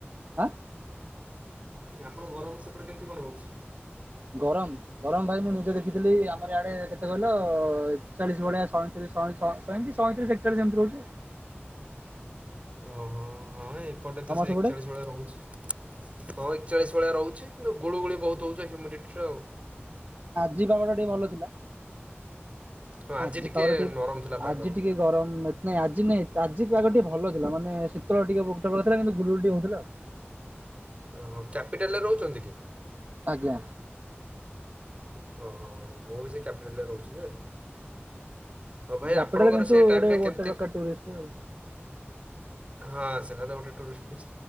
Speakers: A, on the right (about 45°); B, on the right (about 30°).
A: ଆଁ
B: ଆପଣ ଗରମ ସେପଟେ କେମିତି କଣ ହଉଛି?
A: ଗରମ ଗରମ ଭାଇ ମୁଣିି ଦେଖିଥିଲି ଆମର ଇଆଡେ କେତେ କହିଲ ଏକଚାଳିଶ ଭଳିଆ ସଇଁତିରିଶହେ ସଇଁତିରିଶ ଏକଚାଳିଶ ଏମିତି ରହୁଛି।
B: ଓହୋ। ହଁ ଏପଟେ
A: ତମର
B: ତ ସେ
A: ସେପଟେ?
B: ଏକଚାଳିଶ ବେଳେ ରହୁଛି ହଁ। ଚାଳିଶ ଭଳିଆ ରହୁଛି। କିନ୍ତୁ ଗୋଳୁ ଗୋଳି ବହୁତ ହଉଛ ହ୍ୟୁମିଡିଟିର ଆଉ।
A: ଯିବା ଗଟା ଟିକେ ଭଲ ଥିଲା।
B: ହଁ
A: ଆଜି ପାଉରେ ଟିକେ
B: ନରମ ଥିଲା ପାଗ
A: ଆଜି ଟିକେ ଗରମ ନାଇଁ ଆଜି ନାଇଁ ଆଜି ଆଗ ଟିକେ ଭଲ ଥିଲା ମାନେ ଶୀତଳ ଟିକେ ବର ଥିଲା କିନ୍ତୁ ଗୁଡ଼ୁ ଟିକେ ହଉଥିଲା ଆଉ।
B: ଓହୋ କ୍ୟାପିଟାଲରେ ରହୁଛନ୍ତି କି?
A: ଆଜ୍ଞା।
B: ଅ ମୁଁ ବି ସେ କ୍ୟାପିଟାଲରେ ରହୁଛି ଯେ ହଉ ଭାଇ
A: କ୍ୟାପିଟାଲ
B: ଆପଣଙ୍କର
A: କିନ୍ତୁ
B: ସେ ଟାଇମରେ
A: ଗୋଟେ ଗୋଟେ
B: କେମିତି
A: ର ଟରିଷ୍ଟ ଆ
B: ହଁ ସେିଲ ତ ଗୋଟେ ଟରିଷ୍ଟ।